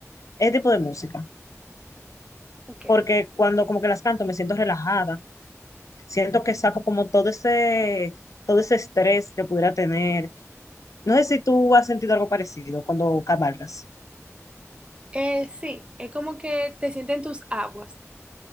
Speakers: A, on the left; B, on the right.
A: ese tipo de música,
B: Ok.
A: porque cuando como que las canto me siento relajada, siento que saco como todo ese, todo ese estrés que pudiera tener. No sé si tú has sentido algo parecido cuando cabalgas.
B: Eh, sí, es como que te sienten tus aguas.